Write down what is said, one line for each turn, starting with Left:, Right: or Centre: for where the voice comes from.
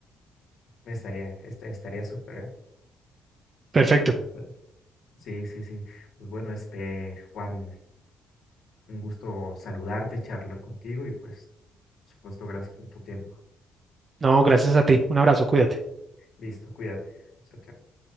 Left: me estaría, esta- estaría súper, ¿eh?
Right: Perfecto.
Left: Bueno, sí, sí, sí. Pues bueno, este, Juan, un gusto saludarte, charlar contigo y pues, por supuesto, gracias por tu tiempo.
Right: No, gracias a ti. Un abrazo, cuídate.
Left: Listo, cuídate. Chao, chao.